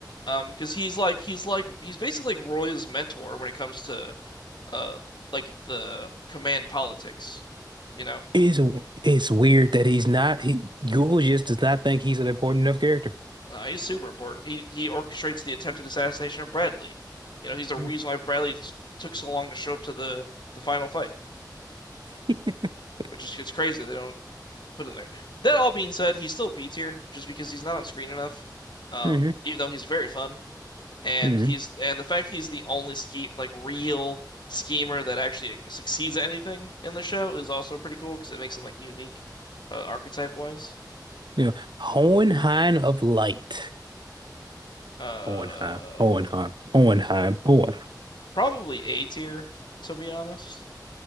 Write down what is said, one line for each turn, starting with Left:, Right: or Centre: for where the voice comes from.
Left: Um, because he's like he's like he's basically like Roy's mentor when it comes to uh like the command politics. You know,
Right: It's it's weird that he's not. He, Google just does not think he's an important enough character.
Left: uh, he's super important. He he orchestrates the attempted assassination of Bradley. You know, he's the
Right: Yeah.
Left: reason why Bradley took so long to show up to the the final fight,
Right: <laughs>
Left: which is it's crazy. They don't put in there. That all being said, he's still B tier just because he's not on screen enough. Um,
Right: hmm
Left: even though he's very fun, and
Right: hmm
Left: he's and the fact he's the only scheme like real schemer that actually succeeds at anything in the show is also pretty cool because it makes him like unique, uh, archetype wise.
Right: Yeah. Hohenheim of Light.
Left: Uh,
Right: Hohenheim. Hohenheim. Hohenheim. Hohen.
Left: probably A tier to be honest.